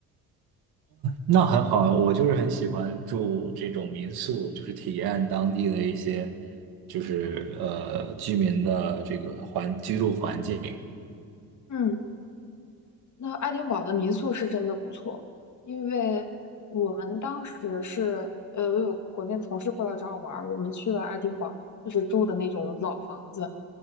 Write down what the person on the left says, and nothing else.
嗯，那爱丁堡的民宿是真的不错，因为我们当时是，呃，我有国内的同事过来找我玩儿，我们去了爱丁堡，就是住的那种老房子。